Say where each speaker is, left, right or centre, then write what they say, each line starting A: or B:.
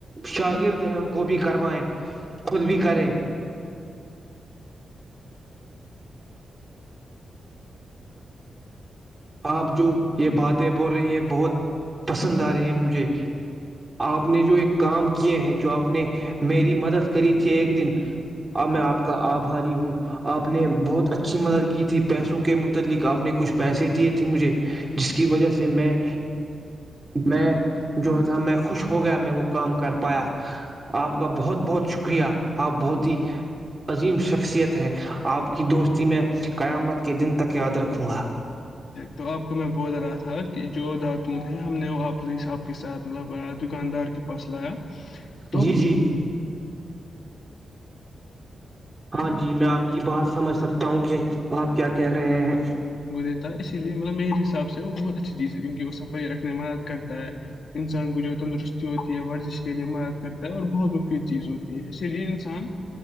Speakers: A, on the right (about 20°); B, on the left (about 65°).
A: شاگرد ہیں ان کو بھی کروائیں خود بھی کریں آپ جو یہ باتیں بول رہے ہیں بہت پسند آ رہی ہیں مجھے آپ نے جو ایک کام کیے ہیں جو آپ نے میری مدد کری تھی ایک دن اب میں آپ کا آبھاری ہوں آپ نے بہت اچھی مدد کی تھی پیسوں کے متعلق آپ نے کچھ پیسے دیے مجھے جس کی وجہ سے میں میں جو تھا میں خوش ہو گیا میں وہ کام کر پایا آپ کا بہت بہت شکریہ آپ بہت ہی عظیم شخصیت ہے آپ کی دوستی میں قیامت کے دن تک یاد رکھوں گا
B: تو آپ کو میں بول رہا تھا کہ جو داتون ہے ہم نے وہ آپ کے ساتھ مطلب دکاندار کے پاس لایا تو
A: جی جی ہاں جی میں آپ کی بات سمجھ سکتا ہوں کہ آپ کیا کہہ رہے ہیں
B: <inaudible> اسی لیے مطلب میرے حساب سے وہ بہت اچھی چیز ہے کیونکہ وہ صفائی رکھنے میں مدد کرتا ہے انسان کو جو تندرستی ہوتی ہے ورزش کے لیے مدد کرتا ہے اور بہت مفید چیز ہوتی ہے اسی لیے انسان